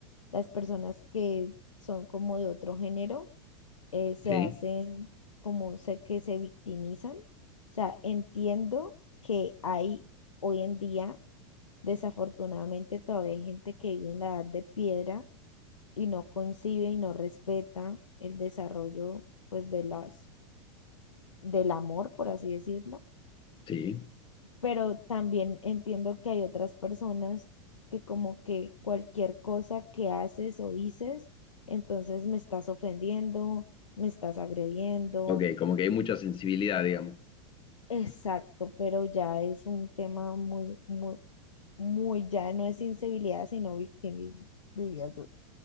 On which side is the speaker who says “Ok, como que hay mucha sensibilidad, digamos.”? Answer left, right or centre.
Left